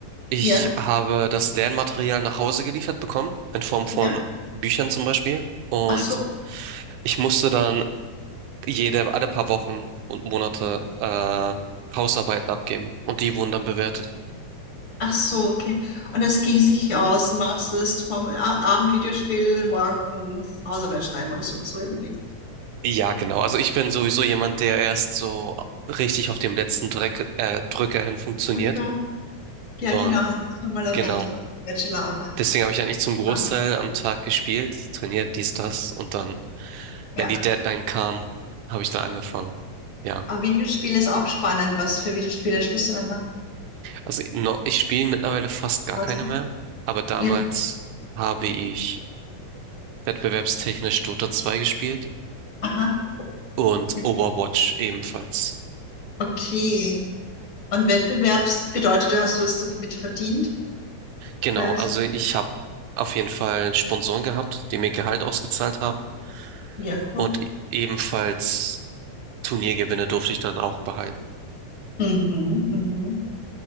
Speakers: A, on the right; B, on the left.
A: Ich
B: Ja,
A: habe das Lernmaterial nach Hause geliefert bekommen, in Form von
B: ja.
A: Büchern zum Beispiel. Und
B: Ach so.
A: ich musste dann jede, alle paar Wochen und Monate äh, Hausarbeiten abgeben. Und die wurden dann bewertet.
B: Ach so, okay. Und es ging sich aus, machst es vom A Abend Videospiel, morgens Hausarbeit schreiben oder so, so irgendwie.
A: Ja, genau. Also ich bin sowieso jemand, der erst so richtig auf dem letzten Dreck, äh, Drücker hin funktioniert.
B: Okay. Ja,
A: Und
B: genau, hast du schon mal erwähnt,
A: genau.
B: bei der Bachelorarbeit.
A: Deswegen habe ich eigentlich zum Großteil
B: Ah,
A: am Tag gespielt, trainiert, dies, das. Und dann,
B: ja,
A: wenn die Deadline kam, habe ich dann angefangen. Ja.
B: aber Videospiel ist auch spannend. Was für Videospiele spielst du dann nach?
A: Also no, ich spiele mittlerweile fast gar
B: Hast
A: keine
B: du-
A: mehr, aber damals
B: Ja,
A: habe ich wettbewerbstechnisch Dota 2 gespielt
B: aha.
A: und
B: Ja.
A: Overwatch ebenfalls.
B: Okay. Und Wettbewerbs bedeutet, du hast was damit verdient?
A: Genau,
B: Was?
A: also ich habe auf jeden Fall Sponsoren gehabt, die mir Gehalt ausgezahlt haben
B: Ja, cool.
A: und e- ebenfalls Turniergewinne durfte ich dann auch behalten.
B: Mhm, mhm.